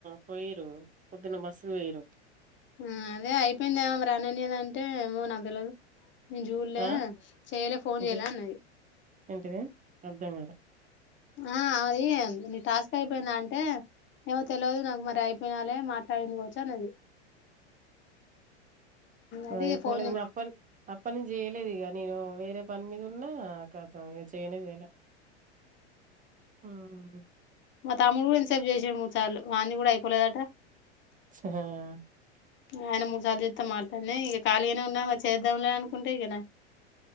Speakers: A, on the right (about 25°); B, on the left (about 35°).
A: పోయిరు పోదున్న బస్ పోయిరు
B: మ్మ్ అదే అయిపోయింద ఏమో రానినేదంటే ఏమో నకుతెల్వదు నేను చూలే
A: ఆ
B: చేయలే ఫోన్
A: ఏంటి
B: చేయ్యలే అన్నది
A: ఏంటిది అర్థం కాలా
B: ఆ అరి నీ టాస్క్ అయిపోయిందా అంటే ఏమో తెలిదు నాకు మరి అయిపోయినాలే మాట్లాడిందికోవచ్చు అన్నది అది
A: ఆ ఇపోలే
B: ఫోన్
A: అప్పన్ అప్పడి నుంచి జయలేదు ఇగా నేను వేరే పని మీద ఉన్నా కా గా చెయనే చేయలా హ్మ్
B: మా తమ్ముడు కూడా ఎంతసేపు చేసాడు చార్లు వానీ కూడా అయిపోలేదట
A: ఆ
B: ఆయన మూడు సార్లు చెస్తా మాట్లాడినే ఇక ఖాళీగానే ఉన్నా చేద్దాంలే అనుకుంటే ఇక